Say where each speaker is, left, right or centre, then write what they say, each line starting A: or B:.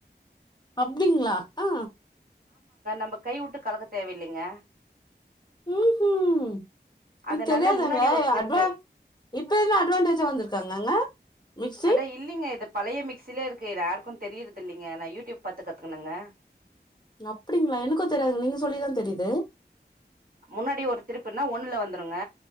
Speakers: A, on the left; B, on the right.
A: அப்டிங்களா ஆ
B: நம்ப கை உட்டு கலக்க தேவ இல்லைங்க
A: ம்க்ம்
B: அதனால
A: எனக் தெரியாதுங்க
B: முன்னாடி ஒரு திருப்பு.
A: அட்வா இப்பதா அட்வான்டேஜா வந்துருகாங்கங்க மிக்சி
B: அட இல்லைங்க. இது பழைய மிக்சிலியே இருக்கு இது யாருக்கு தெரியுறது இல்லிங்க நா யூடியூப் பாத்து கத்துக்குனங்க
A: அப்டிங்களா எனக்கு தெரியாது நீங்க சொல்லிதா தெரிது
B: முன்னாடி ஒரு திருப்புனா ஒண்ணுல வந்துருங்க